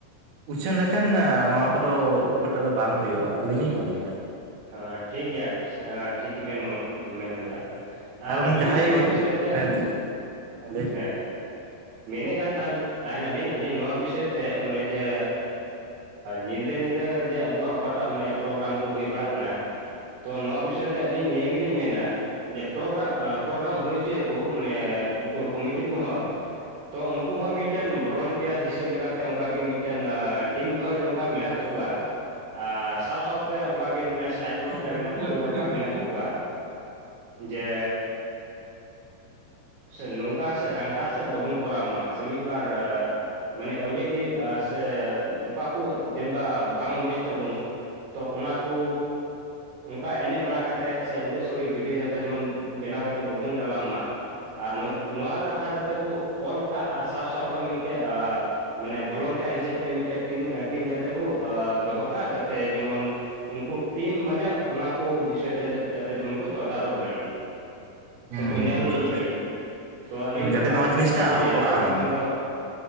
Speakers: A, on the right; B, on the right.
A: ᱩᱪᱷᱟᱹᱱ ᱞᱮᱠᱷᱟᱱ ᱱᱚᱣᱟ ᱠᱚ ᱫᱚ ᱩᱱᱟᱹᱜ ᱴᱟᱜ ᱫᱚ ᱵᱟᱝ ᱦᱩᱭᱩᱜᱼᱟ ᱟᱹᱞᱤᱧ ᱞᱤᱧ ᱢᱚᱱᱮᱭᱟ᱾
B: ᱦᱮᱸ ᱴᱷᱤᱠ ᱜᱮᱭᱟ ᱴᱷᱤᱠ ᱜᱤ ᱵᱮᱱ ᱢᱮᱱ ᱠᱟᱫᱟ᱾
A: ᱠᱟᱨᱚᱱ
B: ᱟᱨ ᱟᱹᱞᱤᱧ
A: ᱡᱟᱦᱟᱸᱭ
B: ᱱᱚᱣᱟ ᱵᱤᱥᱚᱭ ᱛᱮ
A: ᱦᱮᱸ ᱞᱟᱹᱭ
B: ᱦᱮᱸ ᱢᱮᱱᱮᱫ ᱠᱟᱱ ᱛᱟᱦᱮᱱᱟ ᱞᱤᱧ ᱟᱹᱞᱤᱧ ᱱᱚᱣᱟ ᱵᱤᱥᱚᱭ ᱛᱮ ᱚᱱᱮ ᱡᱮᱼᱼ ᱧᱤᱫᱟᱹ ᱧᱤᱫᱟᱹ ᱡᱮ ᱟᱵᱚᱣᱟᱜ ᱚᱠᱟᱴᱟᱜ ᱢᱟᱱᱮ ᱯᱨᱳᱜᱨᱟᱢ ᱠᱚ ᱦᱩᱭ ᱵᱟᱲᱟᱜ ᱠᱟᱱᱟᱼᱼ ᱛᱚ ᱱᱚᱣᱟ ᱵᱤᱥᱚᱭ ᱛᱮ ᱟᱹᱞᱤᱧ ᱱᱤᱭᱟᱹ ᱜᱮᱞᱤᱧ ᱢᱮᱱᱟᱼᱼ ᱡᱮ ᱯᱨᱳᱜᱨᱟ ᱯᱨᱳᱜᱨᱟᱢ ᱦᱩᱭ ᱦᱚᱪᱚᱭ ᱟᱠᱚ ᱢᱟᱱᱮ ᱩᱱᱠᱩ ᱠᱚᱢᱤᱴᱤ ᱠᱚᱦᱚᱸᱼᱼ ᱛᱚ ᱩᱱᱠᱩ ᱦᱚᱸ ᱢᱤᱫᱴᱮᱱ ᱵᱚᱞᱚᱱᱴᱤᱭᱟᱨ ᱦᱤᱥᱟᱹᱵᱽ ᱞᱮᱠᱟᱛᱮ ᱚᱱᱠᱟᱜ ᱜᱮ ᱢᱤᱫᱴᱮᱱ ᱴᱤᱢ ᱫᱚᱦᱚᱭ ᱫᱚᱨᱠᱟᱨ ᱢᱮᱱᱟᱜᱼᱼ ᱛᱟᱠᱚᱣᱟ ᱟᱨ ᱥᱟᱶ ᱥᱟᱶ ᱛᱮ ᱚᱱᱠᱟᱼᱼ ᱢᱟᱱᱮ ᱥᱟᱭᱤᱱ ᱵᱳᱨᱰ ᱨᱮ
A: ᱵᱤᱱ
B: ᱢᱟᱱᱮ ᱚᱞ ᱫᱚᱨᱠᱟᱨ ᱢᱮᱱᱟᱜ ᱛᱟᱠᱚᱣᱟ ᱡᱮᱼᱼ
A: <inaudible>
B: ᱥᱮ ᱱᱚᱝᱠᱟ ᱥᱮ ᱦᱟᱱᱠᱟ ᱥᱮ ᱵᱟᱵᱚᱱ ᱠᱚᱨᱟᱣ ᱢᱟ ᱥᱮ ᱢᱤᱫ ᱵᱟᱨᱼᱼ ᱢᱟᱱᱮ ᱟᱹᱣᱲᱤ ᱜᱮ ᱥᱮ ᱚᱠᱟ ᱠᱚ ᱡᱮᱱᱵᱟ ᱵᱟᱝ ᱢᱚᱸᱡᱽ ᱛᱟᱵᱚᱱᱼᱼ ᱛᱚ ᱚᱱᱟ ᱠᱚ ᱚᱱᱠᱟ ᱮᱱᱮᱡ ᱵᱟᱲᱟ ᱠᱟᱛᱮ ᱥᱮ ᱟᱹᱣᱲᱤ ᱥᱟᱣᱲᱤ ᱵᱷᱤᱰᱤᱭᱳ ᱡᱟᱛᱮ ᱡᱮᱢᱚᱱᱼᱼ ᱵᱮᱱᱟᱣ ᱟᱛᱮ ᱵᱟᱵᱩᱱ ᱰᱟᱞᱟᱣ ᱢᱟ ᱟᱨ ᱱᱚᱣᱟ ᱠᱟᱛᱷᱟ ᱡᱟᱛᱮ ᱵᱚ ᱚᱞ ᱠᱟᱜ ᱟᱨ ᱥᱟᱶ ᱥᱟᱶ ᱛᱮ ᱢᱤᱫᱴᱮᱡ ᱮ ᱢᱟᱱᱮ ᱵᱚᱞᱚᱱᱴᱤᱭᱟᱨ ᱦᱤᱥᱟᱹᱵ ᱛᱮ ᱢᱤᱫᱴᱮᱱ ᱴᱤᱢ ᱴᱤᱢ ᱡᱟᱛᱮ ᱵᱚ ᱫᱚᱦᱚ ᱠᱟᱜ ᱡᱟᱛᱮ ᱡᱮᱢᱚᱱᱼᱼ ᱩᱱᱠᱩ ᱴᱤᱢ ᱢᱟᱱᱮ ᱚᱱᱟ ᱠᱚ ᱵᱤᱥᱚᱭ ᱛᱮ ᱡᱟᱛᱮ ᱡᱮᱢᱚᱱ ᱠᱚ ᱛᱫᱟᱨᱚᱠ ᱫᱟᱲᱮᱜ
A: ᱦᱩᱸ
B: ᱥᱮ ᱠᱚ ᱧᱮᱞ ᱫᱟᱲᱮᱜ ᱛᱚ ᱟᱹᱞᱤᱧ ᱫᱚ
A: ᱡᱟᱛᱮ
B: ᱚᱱᱟ
A: ᱱᱚᱣᱟ
B: ᱚᱱᱟ
A: ᱡᱤᱱᱤᱥᱴᱟ
B: ᱞᱤᱧ ᱢᱮᱱ ᱦᱚᱪᱚᱭᱟ
A: ᱟᱞᱚ ᱠᱚ ᱠᱚᱨᱟᱣ
B: ᱟᱨ ᱵᱟᱝ
A: ᱢᱟ
B: ᱠᱷᱟᱱ ᱫᱚᱼᱼ